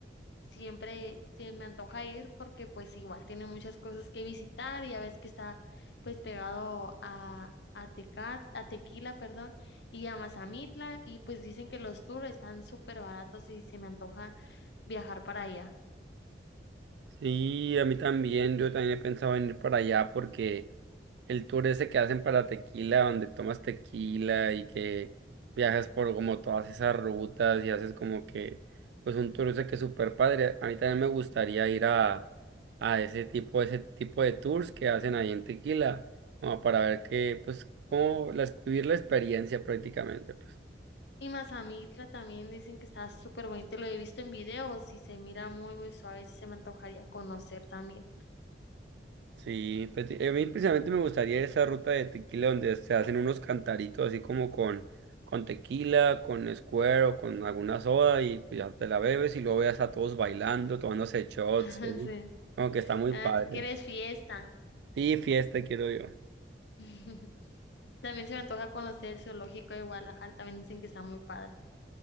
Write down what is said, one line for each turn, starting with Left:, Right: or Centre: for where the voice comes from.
Left: siempre se me antoja ir porque pues igual tiene muchas cosas que visitar y ya ves que está pues pegado a, a Tecat, a Tequila, perdón, y a Mazamitla y pues dicen que los tours están súper baratos y se me antoja viajar para allá.
Right: Sí, a mí también, yo también he pensado en ir para allá porque el tour ese que hacen para tequila, donde tomas tequila y que viajas por como todas esas rutas y haces como que, pues un tour ese que es súper padre. A mí también me gustaría ir a, a ese tipo, ese tipo de tours que hacen ahí en tequila, como para ver que, pues, como la- vivir la experiencia prácticamente. pues.
Left: Y Mazamitla también dicen que está súper bonito, lo he visto en videos y se mira muy muy suave, sí se me antojaría conocer también.
Right: Sí, pues, sí, a mí precisamente me gustaría esa ruta de tequila donde se hacen unos cantaritos así como con, con tequila, con Square o con alguna soda y pues, ya te la bebes y luego veas a todos bailando, tomándose shots,
Left: <laughs>
Right: ¿sí?
Left: Sí.
Right: Como que está muy
Left: Ah,
Right: padre.
Left: tú quieres fiesta.
Right: Sí, fiesta quiero yo.
Left: <laughs> También se me antoja conocer el zoológico de Guadalajara, también dicen que está muy padre.